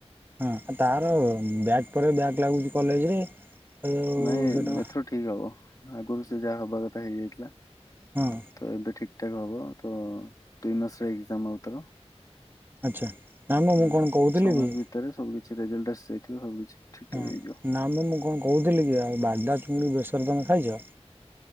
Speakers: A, on the right (about 20°); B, on the left (about 30°).
A: ହଁ ତାର ବ୍ୟାଗ୍ ପରେ ବ୍ୟାଗ୍ ଲାଗୁଛି କଲେଜରେ। ଆଉ
B: ନାଇଁ
A: ସେଇଟା
B: ଏଥର ଠିକ ହବ। ଆଗରୁ ସେ ଯାହା ହବା କଥା ହେଇଯାଇଥିଲା
A: ହଁ
B: ତ ଏବେ ଠିକ ଠ ହବ ତ ଦୁଇ ମାସରେ ଏଜାମ ଆଉ ତାର।
A: ଆଚ୍ଛା। ନା ମ
B: ହଁ
A: ମୁଁ କଣ କହୁଥିଲି
B: ଛଅ
A: କି
B: ମାସ ଭିତରେ ସବୁ କିଛି ରେଜଲଟ ଆସି ଯାଇଥିବ ସବୁ କିଛି। ଠିକ ଠାକ
A: ହଁ
B: ହେଇଯିବ।
A: ନାମ ମୁଁ କଣ କହୁଥିଲି କି ଆଉ ବାଦା ଚୁଙ୍ଗୁଡ଼ି ବେସର ତମେ ଖାଇଛ?